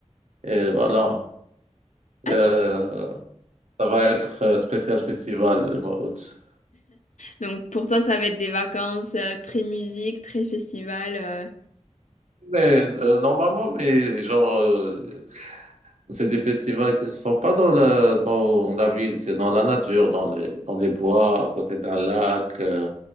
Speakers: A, on the right; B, on the left.
A: et voilà.
B: Ah,
A: Euh, ça va être euh, spécial festival le mois d'août.
B: Donc pour toi, ça va être des vacances euh, très musique, très festival. euh,
A: Mais euh, normalement, mais genre euh, C'est des festivals qui ne sont pas dans la, dans la ville, c'est dans la nature, dans les, dans les bois, à côté d'un lac. euh,